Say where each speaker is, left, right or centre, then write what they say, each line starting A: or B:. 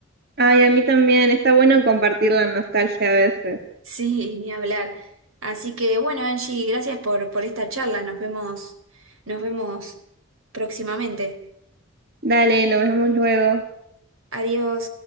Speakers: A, on the right; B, on the right.
A: Ay, a mí también. Está bueno compartir la nostalgia a veces.
B: Sí, ni hablar. Así que bueno, Angie, gracias por, por esta charla. Nos vemos, nos vemos próximamente.
A: Dale, nos vemos luego.
B: Adiós.